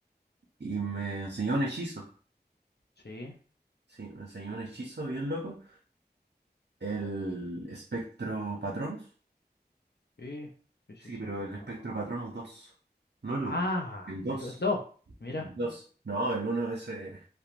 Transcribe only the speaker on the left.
sí,
sí, sí,
sí, sí,
lo
conozco.
Ah,
el 2. Mira,